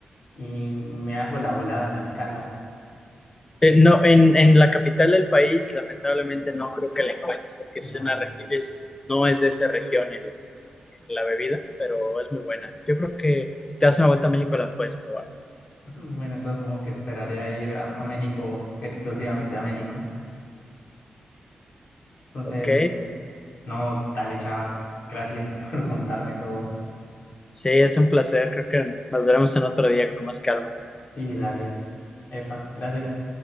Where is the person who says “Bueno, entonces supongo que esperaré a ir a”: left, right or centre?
Left